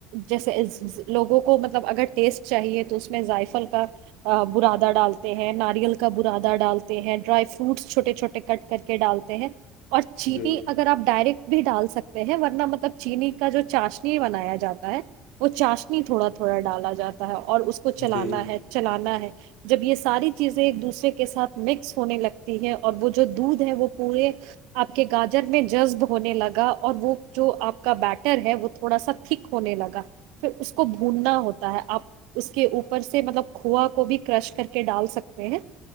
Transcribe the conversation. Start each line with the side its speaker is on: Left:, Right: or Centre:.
Right: جیسے لوگوں کو مطلب اگر ٹیسٹ چاہیے تو اس میں زائفل کا برادہ ڈالتے ہیں ناریل کا برادا ڈالتے ہیں ڈرائی فروٹس چھوٹے چھوٹے کٹ کر کے ڈالتے ہیں اور چینٹی
Left: جی
Right: اگر آپ ڈائریکٹ بھی ڈال سکتے ہیں ورنہ مطلب چینی کا جو چاشنی بنایا جاتا ہے وہ چاشنی تھوڑا تھوڑا ڈالا جاتا ہے اور کو چلانا
Left: جی جی
Right: ہے چلانا ہے جب یہ ساری چیزیں ایک دوسرے کے ساتھ مکس ہونے لگتی ہے اور وہ جو دودھ ہے وہ پورے آپ کے گاجر میں جذب ہونے لگا اور وہ جو آپ کا بیٹر ہے وہ تھوڑا سا تھک ہونے لگا پھر اس کو بھوننا ہوتا ہے آپ کے اوپر سے مطلب کو کو بھی کرش کر کے ڈال سکتے ہیں